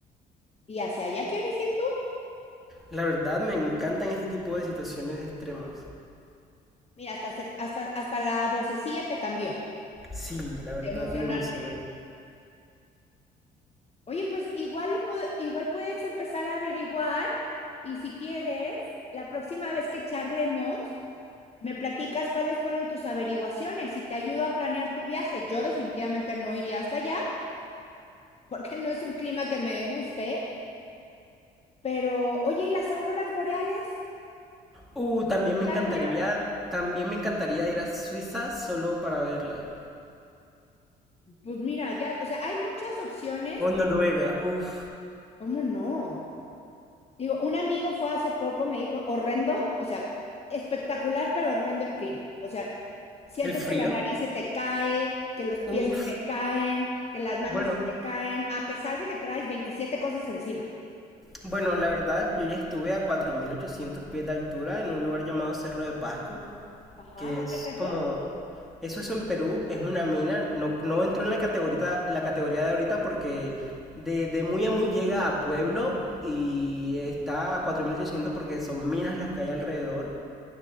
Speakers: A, on the left; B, in the centre.
A: ¿Y hacia allá quieres ir tú?
B: La verdad, me encantan este tipo de situaciones extremas.
A: Mira, hasta, se- hasta, hasta la vocecilla te cambió.
B: Sí, la verdad,
A: Emocionarte.
B: me emocionó.
A: Oye, pues igual, lo pod- igual puedes empezar a averiguar y si quieres, la próxima vez que charlemos, me platicas cuáles fueron tus averiguaciones y te ayudo a planear tu viaje. Yo definitivamente no iría hasta allá <laughs> porque no es un clima que me guste, pero oye, ¿y las auroras boreales?
B: Uh, también me
A: Islandia,
B: encantaría, también me encantaría ir a Suiza solo para verla.
A: pues mira, ya, o sea, hay muchas opciones.
B: O Noruega, uff.
A: ¿Cómo no? Digo, un amigo fue hace poco, me dijo, horrendo, o sea, espectacular, pero horrendo el clima. O sea, sientes
B: ¿El frío?
A: que la nariz se te cae, que los pies
B: uff
A: se te caen, que las manos
B: bueno,
A: se te caen, a pesar de que traes 27 cosas encima.
B: Bueno, la verdad, yo ya estuve a 4.800 pies de altura en un lugar llamado Cerro de Pasco,
A: Ajá,
B: que
A: ¿dónde
B: es
A: es eso?
B: como... Eso es en Perú, es una mina, no, no entró en la categoría, la categoría de ahorita porque de, de muy a muy llega a pueblo y está a 4.800 porque son minas las que hay alrededor.